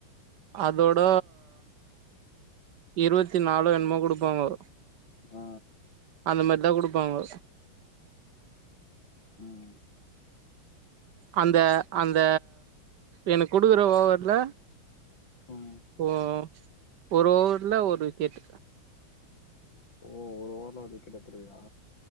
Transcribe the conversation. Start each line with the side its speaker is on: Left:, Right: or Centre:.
Right: அதோட இருவத்தி நாலோ என்னமோ குடுப்பாங்கோ
Left: ஆ
Right: அந்த மேரிதா குடுப்பாங்கோ
Left: ம்
Right: அந்த அந்த எனக்கு குடுக்குற ஓவருல
Left: ம்
Right: ஓ ஒரு ஓவர்ல ஒரு விக்கெட்
Left: ஓ ஒரு ஓவர்ல விக்கெட் எடுத்திருவியா